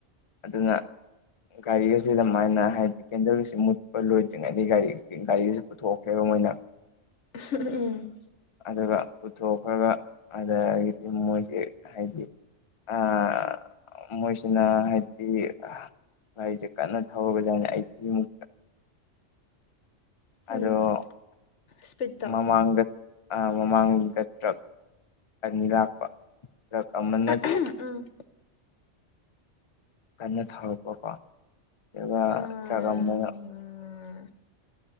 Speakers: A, on the left; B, on the left.
A: ꯑꯗꯨꯅ ꯒꯥꯔꯤꯒꯁꯤ ꯑꯗꯨꯃꯥꯏꯅ ꯍꯥꯏꯗꯤ ꯀꯦꯟꯗꯜꯁꯤ ꯃꯨꯠ꯫ ꯂꯣꯏꯗ꯭ꯔꯤꯉꯩꯗꯒꯤ ꯒꯥꯔꯤ ꯒꯥꯔꯤꯁꯤ ꯄꯨꯊꯣꯛꯈ꯭ꯔꯦꯕ ꯃꯣꯏꯅ꯫
B: ꯎꯝ
A: ꯑꯗꯨꯒ ꯄꯨꯊꯣꯛꯈ꯭ꯔꯒ ꯑꯗꯒꯤꯗꯤ ꯃꯣꯏꯗꯤ ꯍꯥꯏꯗꯤ꯫ ꯑꯥ ꯃꯣꯏꯁꯤꯅ ꯍꯥꯏꯗꯤ꯫ ꯒꯥꯔꯤꯁꯦ ꯀꯟꯅ ꯊꯧꯔꯒꯗꯅꯦ ꯑꯩꯁ‌ꯦꯃꯨꯛꯀ꯫ ꯑꯗꯣ
B: ꯎꯝ ꯁ꯭ꯄꯤꯠꯇꯣ
A: ꯃꯃꯥꯡꯗ ꯃꯃꯥꯡꯗ ꯇ꯭ꯔꯛ ꯑꯅꯤ ꯂꯥꯛꯄ ꯑꯃꯅ꯫
B: ꯎꯝ
A: ꯀꯟꯅ ꯊꯧꯔꯛꯄꯀꯣ ꯑꯗꯨꯒ
B: ꯎꯝ
A: ꯇ꯭ꯔꯛ ꯑꯃꯅ꯫